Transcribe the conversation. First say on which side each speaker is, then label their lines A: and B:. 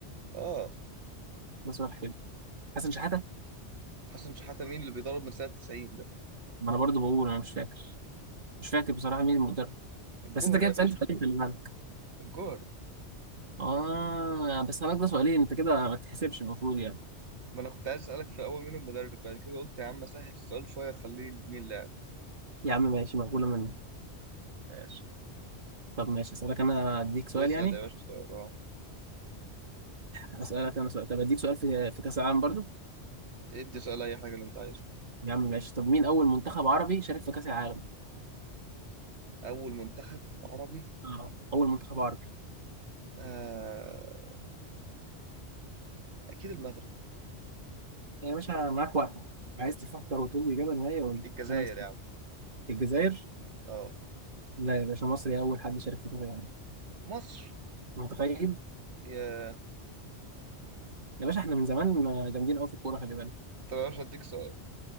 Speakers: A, on the right (about 75°); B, on the right (about 50°).
A: اه
B: ده سؤال حلو حسن شحاته
A: حسن شحاتة مين اللي بيضرب من سنة 90 ده
B: ما انا برضو بقول انا مش فاكر مش فاكر بصراحه مين المدرب
A: الجوهري
B: بس انت كده
A: يا
B: بتسالني
A: باشا
B: سؤالين في بالك
A: الجوهري
B: اه بس انا ده سؤالين انت كده ما تحسبش المفروض يعني
A: ما انا كنت عايز اسألك في الاول مين المدرب بعد كده قلت يا عم سهل السؤال شوية خليه مين اللاعب
B: يا عم ماشي مقبوله مني
A: ماشي
B: طب ماشي اسالك انا اديك سؤال
A: اسأل
B: يعني
A: يا باشا سؤال اه
B: اسالك انا سؤال طب اديك سؤال في في كاس العالم برضو
A: ادي سؤال اي حاجة اللي انت عايزها
B: يا عم ماشي طب مين اول منتخب عربي شارك في كاس العالم
A: اول منتخب عربي
B: اه اول منتخب عربي
A: آه... اكيد المغرب
B: يا باشا معاك وقتك عايز تفكر وتقول لي إجابة نهائية قول لي
A: الجزائر
B: أنا مستني
A: يا عم
B: الجزائر
A: اه
B: لا يا باشا مصري أول حد شارك في كأس العالم
A: مصر
B: متخيل
A: يا
B: يا باشا إحنا من زمان ما جامدين أوي في الكورة خلي بالك
A: طب يا باشا اديك سؤال